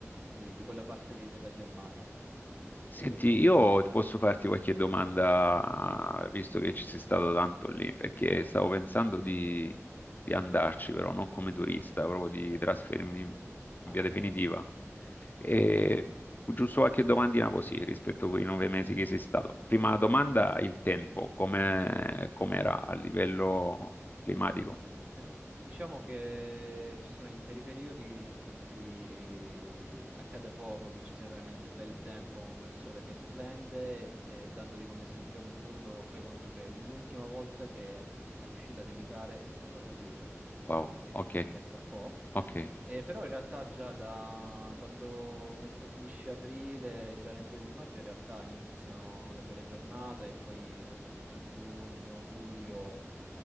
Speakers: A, on the right; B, on the left.
A: di- di quella parte lì della Germania.
B: Senti,
A: E...
B: io posso farti qualche domanda,
A: Sì, dimmi.
B: visto che ci sei stato tanto lì, perché stavo pensando di, di andarci, però non come
A: Sì.
B: turista, proprio di trasferirmi in
A: Ah,
B: via definitiva.
A: sì.
B: E giusto qualche domandina così rispetto a quei nove mesi che sei stato. Prima domanda, il tempo, come com'era a livello climatico?
A: Eh, diciamo che ci sono interi periodi in cui accade poco, che ci sia veramente bel tempo con quel sole che splende e, e dandoti come esempio Amburgo, fai conto che l'ultima volta che è riuscito a nevicare è stato ad aprile,
B: Wow,
A: inizi
B: ok,
A: di aprile, pensa un po'.
B: ok,
A: Eh, però in realtà già da quando comunque finisce aprile, già nel periodo di maggio, in realtà iniziano le belle giornate e poi per tutto giugno, luglio.